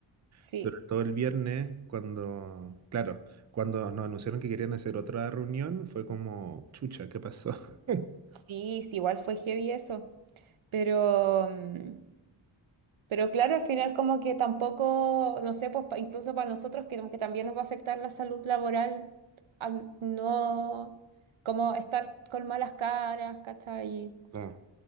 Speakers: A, on the right; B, on the right.
A: Sí,
B: Sobre todo el viernes, cuando, claro, cuando nos anunciaron que querían hacer otra reunión, fue como, chucha, ¿qué pasó? <laughs>
A: sí, sí, igual fue heavy eso. Pero, mm, pero claro, al final como que tampoco, no sé, pues pa- incluso para nosotros que como que también nos va a afectar la salud laboral, al no, como estar con malas caras, ¿cachai?
B: Claro.